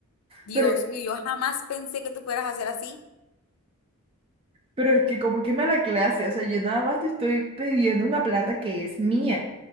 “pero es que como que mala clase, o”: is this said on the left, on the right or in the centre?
Right